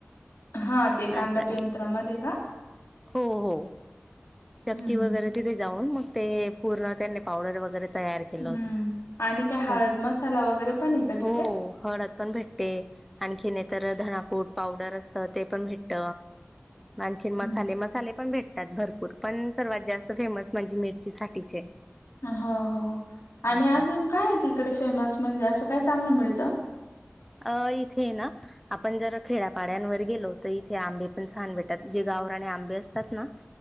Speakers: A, on the left; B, in the centre.
A: हा ते कांडप
B: असं
A: यंत्रामध्ये का.
B: हो हो चक्की
A: हम्म
B: वगैरे
A: हम्म
B: तिथे जाऊन मग ते पूर्ण त्यांनी पावडर वगैरे. तयार केलं होत..
A: हम्म आणि काय हळद मसाला वगैरे पण आहे का
B: हो
A: तिथे
B: हळद पण भेटते आणखी नाही तर धनाकूट पावडर असत ते पण भेटत. आणखीन
A: हम्म.
B: मसाले मसाले पण भेटतात भरपूर पण सर्वात जास्त फेमस म्हणजे मिरचीसाठीच.
A: हो हो आणि
B: असं
A: अजून काय आहे तिकडे फेमस म्हणजे असं काय चांगलं मिळत. त
B: अ इथे ना आपण जर खेड्यापाड्यांवर गेलो तर इथे आंबे पण छान भेटातात जे, गावरानी आंबे असतात ना.